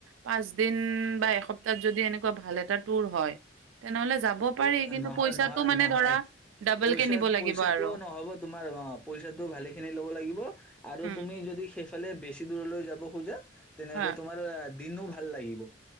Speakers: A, on the right; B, in the centre.
A: পাঁচ দিন বা এসপ্তাহ যদি এনেকুৱা ভাল এটা ট্যুৰ হয়, তেনেহ'লে যাব পাৰি
B: অ',
A: কিন্তু
B: নহয়,
A: পইচাটো
B: নহয়,
A: মানে
B: নহয়।
A: ধৰা ডাবল
B: পইচা-পইচাটো
A: কে নিব লাগিব আৰু
B: ন'হব তোমাৰ। অ', পইছাটো ভালেইখিনি ল'ব লাগিব। আৰু
A: উম,
B: তুমি যদি সেইফ ফালে বেছি দূৰলৈ যাব খোজা তেনেহ'লে
A: হা
B: তোমাৰ আ। দিনো ভাল। ভাল লাগিব